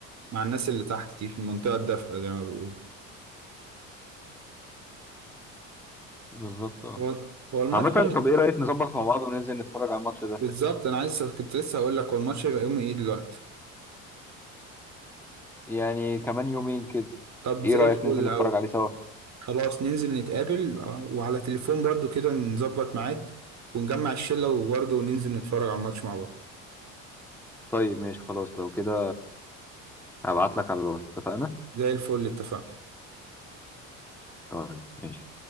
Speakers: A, on the right; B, in the centre.
A: مع الناس اللي تحت دي في المنطقه الدافئه زي ما بيقولوا
B: بالظبط أه
A: هو هو الماتش
B: عامة طب إيه رأيك نظبط مع بعض وننزل نتفرج على الماتش ده
A: بالظبط انا عايز كنت لسه هقول لك هو الماتش هيبقى يوم ايه دلوقتي
B: يعني كمان يومين كده
A: طب
B: إيه
A: زي
B: رأيك
A: الفل
B: ننزل نتفرج
A: قوي
B: عليه سوا
A: خلاص ننزل نتقابل آه، وعلى تليفون برضو كده نظبط ميعاد ونجمع الشلة وبرضو ننزل نتفرج على الماتش مع بعض
B: طيب ماشي خلاص لو كده هبعت لك على الواتس اتفقنا
A: زي الفل اتفقنا
B: طيب ماشي